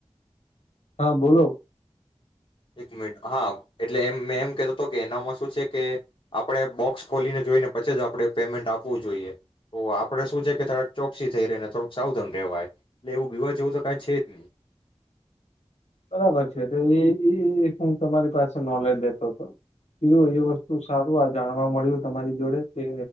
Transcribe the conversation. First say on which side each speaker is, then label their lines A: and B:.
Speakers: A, on the left (about 80°); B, on the left (about 50°).
A: હા બોલો.
B: એક મિનિટ હા એટલે એમ મેં એમ કતો હતો કે એનામાં શું છે કે આપડણે બોક્સ ખોલીને જોઈને પછી જ આપણે પેમેન્ટ આપવું જોઈએ, તો આપડે શું છે કે થોડાક ચોક્સી થઈ ર ને થોડુંક સાવધાન રહેવાય એટલે એવું બીવા જેવું તો કઈ છે જ નહી.
A: બરાબર છે <unintelligible> એ હું તમારી પાસે નોલેજ લેતો હતો કીધું એ વસ્તુ સારું આ જાણવા મળ્યું તમારી જોડે કે